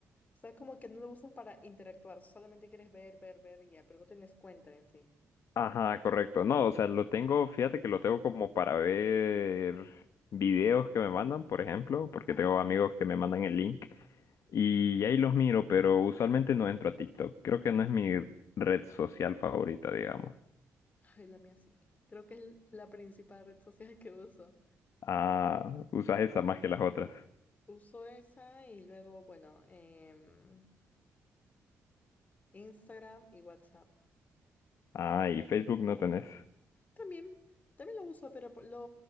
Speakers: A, on the left; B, on the left.
A: o sea, como que no lo usas para interactuar, solamente quieres ver, ver, ver y ya, pero no tienes cuenta en sí.
B: Ajá, correcto. No, o sea, lo tengo, fíjate que lo tengo como para ver videos que me mandan, por ejemplo, porque
A: Ajá.
B: tengo amigos que me mandan el link y ahí los miro, pero usualmente no entro a TikTok. Creo que no es mi red social favorita, digamos.
A: Ay, la mía sí. Creo que es la principal red social que uso.
B: Ah, usas esa más que las otras.
A: Uso esa y luego, bueno, em, Instagram y WhatsApp.
B: Ah, y Facebook no tenés.
A: También, también lo uso, pero po- lo